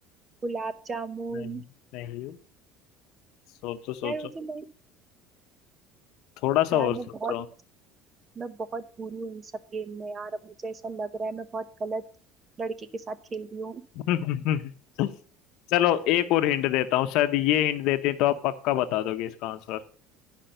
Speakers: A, on the right (about 25°); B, on the left (about 65°).
A: गुलाब जामुन
B: नहीं नहीं सोचो सोचो
A: यार मुझे मैं
B: थोड़ा सा
A: यार
B: और
A: मैं
B: सोचो
A: बहुत मैं बहुत बुरी हूँ इन सब गेम में यार अब मुझे ऐसा लग रहा है मैं बहुत गलत लड़के के साथ खेल रही हूँ
B: <laughs> चलो एक और हिंट देता हूँ शायद ये हिंट देते हैं तो आप पक्का बता दोगे इसका आंसर